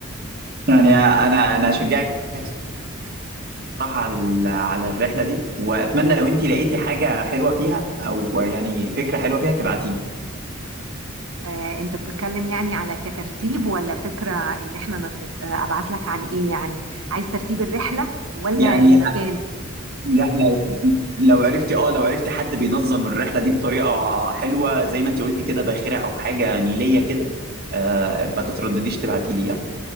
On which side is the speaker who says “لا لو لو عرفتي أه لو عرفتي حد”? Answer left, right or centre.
Right